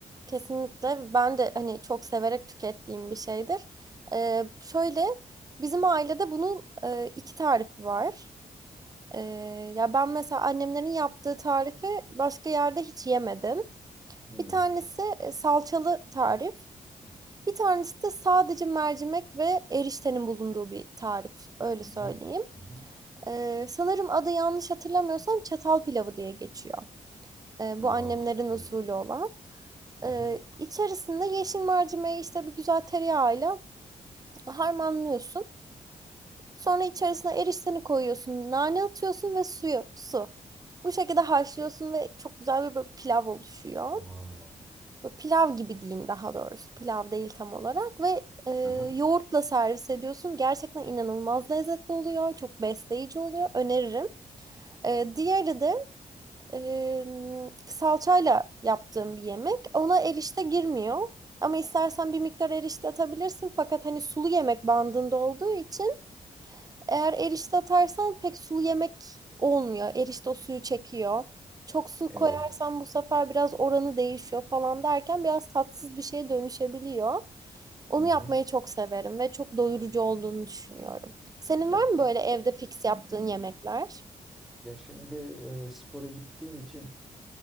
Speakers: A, on the right (about 25°); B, in the centre.
A: Kesinlikle ben de hani çok severek tükettiğim bir şeydir. Ee, şöyle bizim ailede bunun e, iki tarifi var. Ee, ya ben mesela annemlerin yaptığı tarifi başka yerde hiç yemedim.
B: Hmm.
A: Bir tanesi e, salçalı tarif. Bir tanesi de sadece mercimek ve eriştenin bulunduğu bir tarif. Öyle
B: Hı
A: söyleyeyim.
B: hı. Hı hı.
A: Ee, sanırım adı yanlış hatırlamıyorsam çatal pilavı diye geçiyor. Ee,
B: Vay,
A: bu annemlerin
B: evet.
A: usulü olan.
B: Hı
A: Ee,
B: hı.
A: içerisinde yeşil mercimeği işte bir güzel tereyağıyla harmanlıyorsun. Sonra içerisine erişteni koyuyorsun, nane atıyorsun ve suyu, su. Bu şekilde haşlıyorsun ve çok güzel bir böyle pilav oluşuyor.
B: Wow.
A: Böyle pilav gibi diyeyim daha doğrusu. Pilav değil tam olarak ve e,
B: Aha,
A: yoğurtla servis ediyorsun. Gerçekten inanılmaz lezzetli oluyor. Çok besleyici oluyor. Öneririm. E, diğeri de em, salçayla yaptığım bir yemek. Ona erişte girmiyor. Ama istersen bir miktar erişte atabilirsin. Fakat hani sulu yemek bandında olduğu için eğer erişte atarsan pek sulu yemek olmuyor. Erişte o suyu çekiyor. Çok su
B: evet.
A: koyarsan bu sefer biraz oranı değişiyor falan derken biraz tatsız bir şeye dönüşebiliyor. Onu
B: Hı hı.
A: yapmayı çok severim ve çok doyurucu olduğunu düşünüyorum. Senin
B: Yaptım.
A: var mı böyle evde fix yaptığın yemekler?
B: Ya şimdi e, spora gittiğim için